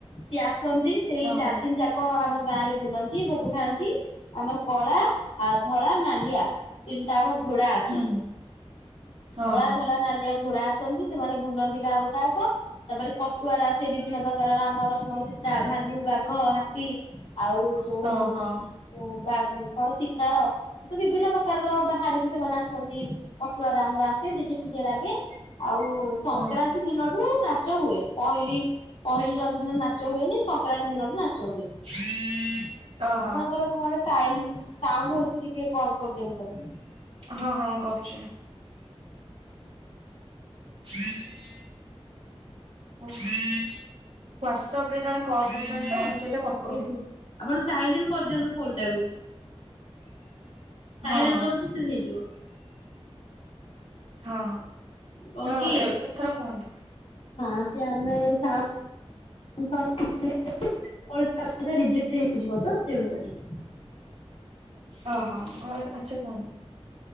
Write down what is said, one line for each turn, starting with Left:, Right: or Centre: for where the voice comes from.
Left: ସିଏ ଆସନ୍ତି ସେଇ
Right: ଓହୋ।
Left: ଚାରି ଦିନ ଯା କ ଆମ ଗାଁ ରେ ବୁଲନ୍ତି ଭୋଗ ଖାଆନ୍ତି। ଆମର କଳା ଆ ଧଳା ନାଲିଆ ତିନିଟା ଯାକ ଘୋଡା ଆସେ।
Right: ହୁଁ ଓହୋ
Left: କଳା ଧଳା ନାଲିଆ ଘୋଡା ଆସନ୍ତି ସେମାନେ ବୁଲନ୍ତି ଗାଁ ଗୋଟାଯାକ। ତାପରେ ପଟୁଆର ଆସେ ବିଭିନ୍ନ ପ୍ରକାର ରାମ ଲକ୍ଷ୍ମଣ ସୀତା ଭାଲୁ ବାଘ ହାତୀ ଆଉ ଯୋଉ
Right: ଓହୋ
Left: ବା କଣ ଶିକାର ଏସବୁ ବିଭିନ୍ନ ପ୍ରକାରର ବାହାରିକି ସେମାନେ ଆସନ୍ତି ପଟୁଆର ଆମର ଆସେ ଡିଜେ ଫିଜେ ଲାଗେ। ଆଉ ସଂକ୍ରାନ୍ତି
Right: ଓହୋ
Left: ଦିନଠୁ ନାଚ ହୁଏ ପହିଲି ପହିଲି ରଜ ଦିନ ନାଚ ହୁଏନି ସଂକ୍ରାନ୍ତି ଦିନଠୁ ନାଚ ଚ ହୁଏ।
Right: <unintelligible> ଓହୋ।
Left: ଆପଣଙ୍କର କଣ ସାଇଲ ସାଉଣ୍ଡ ହଉଛି ଟିକେ ବନ୍ଦ କରିଦିଅନ୍ତୁ ତାକୁ।
Right: ହଁ ହଁ କରୁଚି। <unintelligible> ଓ ହ୍ଵାଟସପ୍ ରେ ଜଣେ କଲ୍ କରୁଚନ୍ତି ତଁ ସେଇଟା କଟୁନି
Left: ଓହୋ ଆପଣ ସାାଇଲେଣ୍ଟ୍ କରିଦିଅନ୍ତୁ ଫୋନ୍ ଟାକୁ। ସାଇଲେଣ୍ଟ୍
Right: ହଁ ହଁ
Left: କରନ୍ତୁ ସେ ହେଇଯିବ।
Right: ହଁ
Left: କଣ
Right: ହଁ
Left: କି
Right: ହଁ ଏଥର କୁହନ୍ତୁ।
Left: ହଁ ସେ ଆମେ ସା <inaudible> ରିଜେକ୍ଟ୍ ହେଇଯିବତ ତେଣୁକରି।
Right: ଓହୋ ଓସ୍ ଆଚ୍ଛା କୁହନ୍ତୁ?